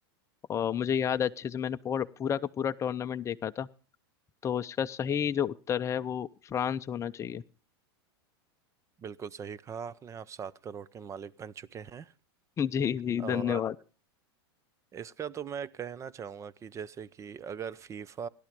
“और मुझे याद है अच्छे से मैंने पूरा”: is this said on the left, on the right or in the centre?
Left